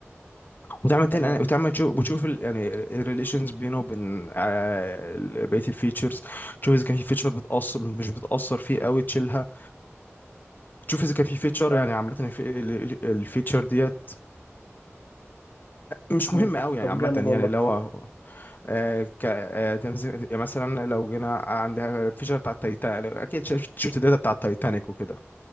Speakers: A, on the left (about 40°); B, on the left (about 75°).
A: وتعمل تل...
B: تمام
A: وتعمل تشوف بتشوف ال... يعني الريليشنز بينه وبين آه، ال- بقيه الفيتشرز تشوف اذا كان في فيتشر بتاثر مش بتاثر فيه قوي تشيلها تشوف اذا كان في فيتشر
B: فاهمك
A: يعني عامه الفيتشر ديت مش مهمه
B: امم
A: قوي يعني
B: طب
A: عامه
B: جامد
A: يعني
B: والله
A: اللي هو آه، ك آه، تمس- يعني مثلا لو جينا عندها فيشر بتاع التايتانيك اكيد شفت شفت الداتا بتاع التايتانيك وكده